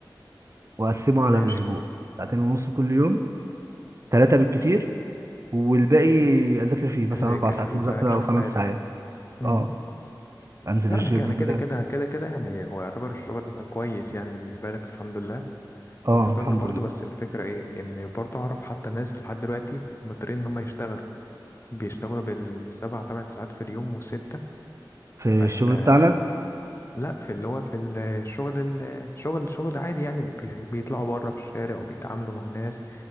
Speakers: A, on the right; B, on the left.
A: واقسمه على
B: ماشي
A: الاسبوع ساعتين ونص كل يوم ثلاثة بالكتير والباقي اذاكر فيه مثلا
B: تذاكر
A: اربع ساعات
B: فيه
A: مذاكرة
B: بقى تشوف
A: او خمس
B: حياتك
A: ساعات
B: امم
A: اه انزل
B: انا
A: الجيم
B: ك- انا
A: كده
B: كده كده كده كده يعني هو يعتبر الشغل كويس يعني بالنسبه لك الحمد لله
A: اه
B: وبالنسبه
A: الحمد
B: لنا برضو
A: لله
B: بس الفكره ايه ان برضو اعرف حتى ناس لحد دلوقتي مضطرين ان هم يشتغلوا بيشتغلوا بالسبع تمن ساعات في اليوم وستة
A: في
B: فانت
A: الشغل بتاعنا
B: لا في اللي هو في الشغل الشغل شغل عادي يعني وبيطلعوا بره في الشارع وبيتعاملوا مع ناس